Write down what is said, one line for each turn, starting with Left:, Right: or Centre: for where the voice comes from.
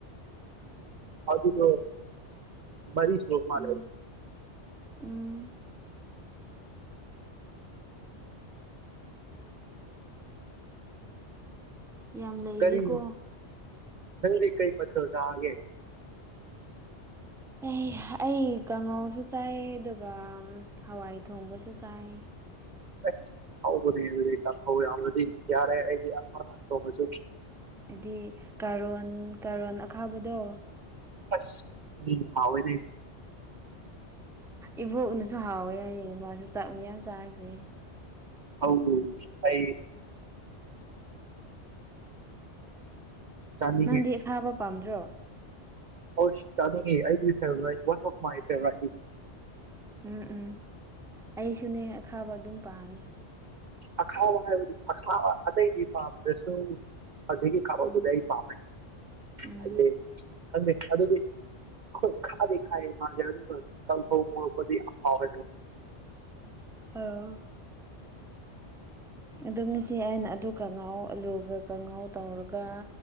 Right: ꯑꯗꯨꯗꯣ ꯃꯔꯤꯁꯨꯔꯥ ꯃꯥꯜꯂꯦꯕ
Centre: ꯎꯝ ꯎꯝ ꯌꯥꯝ ꯂꯩꯔꯤꯀꯣ
Right: ꯀꯔꯤ ꯅꯪꯗꯤ ꯀꯩ ꯃꯊꯦꯜ ꯆꯥꯔꯒꯦ
Centre: ꯑꯦ ꯑꯩ ꯀꯥꯡꯉꯥꯎꯁꯨ ꯆꯥꯏ ꯑꯗꯨꯒ ꯍꯋꯥꯏ ꯊꯣꯡꯕꯁꯨ ꯆꯥꯏ
Right: ꯑꯦꯁ ꯍꯧꯕꯅꯤ ꯑꯗꯨꯗꯤ ꯀꯥꯡꯍꯧ ꯌꯥꯎꯔꯗꯤ ꯌꯥꯔꯦ ꯑꯩꯗꯤ ꯑꯃꯥ ꯇꯧꯗ꯭ꯔꯥꯁꯨ
Centre: ꯗꯤ ꯀꯥꯔꯣꯟ ꯀꯥꯔꯣꯟ ꯑꯈꯥꯕꯗꯣ
Right: ꯑꯁ ꯎꯝ ꯍꯥꯎꯕꯅꯦ
Centre: ꯏꯕꯣꯛꯅꯁꯨ ꯍꯥꯎꯋꯦ ꯍꯥꯏꯌꯦ ꯃꯥꯁꯨ ꯆꯥꯛ ꯃꯥꯌꯥꯝ ꯆꯥꯈ꯭ꯔꯦ
Right: ꯑꯧ ꯐꯩꯌꯦ ꯆꯥꯅꯤꯡꯉꯦ
Centre: ꯅꯪꯗꯤ ꯑꯈꯥꯕ ꯄꯥꯝꯗ꯭ꯔꯣ
Right: ꯑꯁ ꯆꯥꯅꯤꯡꯉꯦ ꯑꯩꯒꯤ ꯐꯦꯕꯣꯔꯥꯠ ꯋꯥꯟ ꯑꯣꯞ ꯃꯥꯢ ꯐꯦꯕꯣꯔꯥꯠꯅꯤ
Centre: ꯎꯝ ꯎꯝ ꯑꯩꯁꯨꯅꯦ ꯑꯈꯥꯕ ꯑꯗꯨꯝ ꯄꯥꯝꯃꯤ
Right: ꯑꯈꯥꯕ ꯍꯥꯏꯕꯗꯤ ꯑꯈꯥꯕ ꯑꯇꯩꯗꯤ ꯄꯥꯝꯗ꯭ꯔꯁꯨ ꯍꯧꯖꯤꯛꯀꯤ ꯀꯥꯔꯣꯠꯇꯨꯗꯤ
Centre: ꯎꯝ
Right: ꯑꯩ ꯄꯥꯝꯃꯦ
Centre: ꯎꯝ
Right: ꯍꯥꯏꯗꯤ ꯈꯪꯗꯦ ꯑꯗꯨꯗꯤ ꯍꯣꯏ ꯈꯥꯗꯤ ꯈꯥꯏꯌꯦ ꯃꯥꯁꯦ ꯑꯗꯨꯒ ꯀꯥꯡꯍꯧ ꯉꯣꯔꯛꯄꯗꯤ ꯌꯥꯝ ꯐꯥꯎꯋꯦ ꯑꯗꯨꯕ
Centre: ꯑꯥ ꯑꯗꯣꯉꯁꯤ ꯑꯩꯅ ꯑꯗꯨ ꯀꯡꯉꯥꯎ ꯑꯂꯨꯒ ꯀꯉꯥꯎ ꯇꯧꯔꯒ